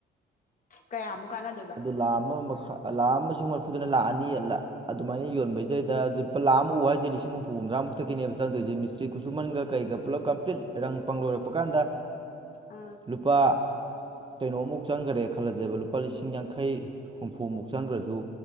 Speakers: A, on the left; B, on the right.
A: ꯀꯌꯥꯃꯨꯛ ꯀꯥꯟꯅꯗꯣꯏꯕ
B: ꯑꯗꯨ ꯂꯥ ꯑꯃ ꯃꯈ ꯂꯥ ꯑꯃꯁꯨ ꯃꯔꯐꯨꯗꯨꯅ ꯂꯥꯛꯑꯅꯤ ꯑꯜꯂ ꯑꯗꯨꯃꯥꯏꯅ ꯌꯣꯟꯕꯁꯤꯗꯩꯗ ꯂꯨꯄꯥ ꯂꯥꯛ ꯑꯃ ꯎꯕ ꯍꯥꯏꯁꯦ ꯂꯤꯁꯤꯡ ꯍꯨꯝꯐꯨ ꯍꯨꯝꯗ꯭ꯔꯥꯃꯨꯛꯇꯒꯤꯅꯦꯕ ꯆꯪꯗꯣꯏꯁꯦ ꯃꯤꯁꯇ꯭ꯔꯤ ꯈꯨꯁꯨꯃꯟꯒ ꯀꯩꯒ ꯄꯨꯂꯞ ꯀꯝꯄ꯭ꯂꯤꯠ ꯔꯪ ꯄꯪꯂꯣꯏꯔꯛꯄ ꯀꯥꯟꯗ
A: ꯑꯥ
B: ꯂꯨꯄꯥ ꯀꯩꯅꯣꯃꯨꯛ ꯆꯪꯈꯔꯦ ꯈꯜꯂꯁꯦꯕ ꯂꯨꯄꯥ ꯂꯤꯁꯤꯡ ꯌꯥꯡꯈꯩ ꯍꯨꯝꯐꯨꯃꯨꯛ ꯆꯪꯈ꯭ꯔꯁꯨ